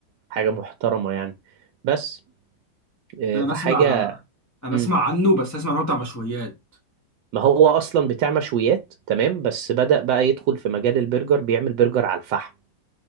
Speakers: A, on the right (about 80°); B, on the left (about 25°).
A: حاجة محترمة يعني بس آه،
B: لا انا
A: فحاجة
B: اسمع انا
A: مم.
B: اسمع عنه بس اسمع ان هو بتاع مشويات
A: ما هو أصلا بتاع مشويات تمام بس بدأ بقى يدخل في مجال البرجر بيعمل برجر على الفحم